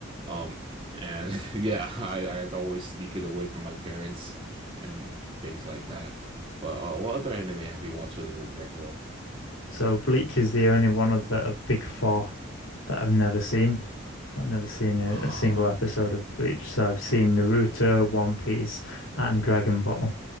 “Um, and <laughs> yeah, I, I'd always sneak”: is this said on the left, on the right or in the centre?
Right